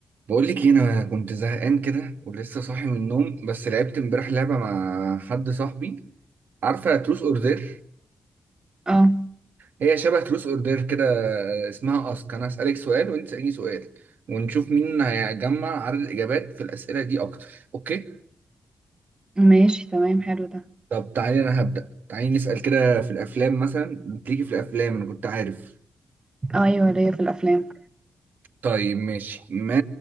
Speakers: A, on the right (about 75°); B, on the right (about 25°).
A: بقول لك إيه، انا كنت زهقان كده ولسه صاحي من النوم بس لعبت امبارح لعبه مع حد صاحبي عارفه تروس اوردر
B: اه
A: هي شبه تروس اوردر كده اسمها اسك انا هسالك سؤال وانت تساليني سؤال ونشوف مين هيجمع عدد الاجابات في الاسئله دي اكتر اوكي
B: ماشي تمام حلو ده
A: طب تعالي انا هبدا تعالي نسال كده في الافلام مثلا بتيجي في الافلام انا كنت عارف
B: اه ايوه ليا في الافلام
A: طيب ماشي ما